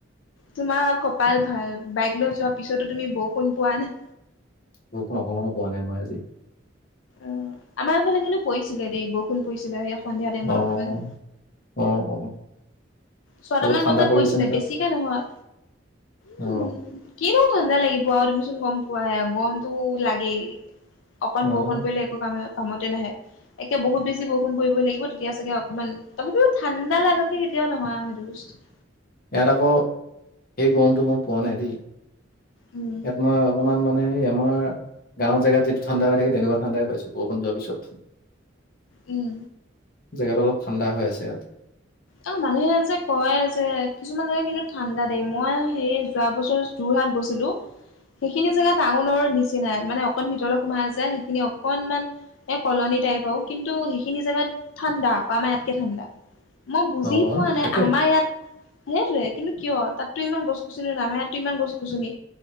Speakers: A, on the left; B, on the left.
A: তোমাৰ কপাল ভাল বাইক লৈ যোৱাৰ পিছতো তুমি বৰষুণ পোৱা নাই।
B: বৰষুণ অকমানো পোৱা নাই মই আজি।
A: উম আমাৰ ইফালে কিন্তু পৰিছিলে দেই বৰষুণ পৰিছিলে এয়া সন্ধিয়া টাইমত
B: অ',
A: অকমান।
B: অ অ।
A: ছয়টামান
B: অলপ ঠাণ্ডা
A: বজাত
B: পৰি
A: পৰিছিলে
B: আছেনে তাত
A: বেছিকে নহয়।
B: অ।
A: উম, কিনো ঠাণ্ডা লাগিব তুমিচোন গম পোৱাই গৰমটো লাগেই। অকণ
B: অ',
A: বৰষুণ পৰিলে একো কাম কামতে নাহে। একে বহুত বেছি বষুণ পৰিব লাগিব তেতিয়া চাগে অকমান তথাপিও ঠাণ্ডা লাগাকে কেতিয়াও নহয় আৰু সেইটো বস্তু।
B: ইয়াত আকৌ সেই গৰমটো মই পোৱা নাই দেই
A: উম,
B: ইয়াত মই। অকমান মানে আমাৰ গাঁৱৰ জেগাত যিটো ঠাণ্ডা হৈ থাকে তেনেকুৱা ঠাণ্ডাই পাইছো বৰষুণ যোৱাৰ পিছত। <inaudible>
A: উম।
B: জেগাটো অলপ ঠাণ্ডা হৈ আছে।
A: অহ মানুহে যে। কয় যে কিছুমান জেগা কিন্তু ঠাণ্ডা দেই মই সেই যোৱা বছৰ যোৰহাট গৈছিলো।
B: <inaudible>
A: সেইখিনি জেগা টাউনৰ নিচিনাই মানে অকণমান ভিতৰলৈ সোমাই যায় সেইখিনি অকনমান। এ কলনী টাইপ আৰু কিন্তু সেইখিনি জেগাত ঠাণ্ডা আকৌ আমাৰ ইয়াতকে ঠাণ্ডা। মই বুজি
B: অ',
A: পোৱা নাই
B: থাকে
A: আমাৰ ইয়াত। সেইটোৱে কিন্তু কিয় তাততো ইমান গছ গছনি নাই আমাৰ ইয়াততো ইমান গছ গছনি।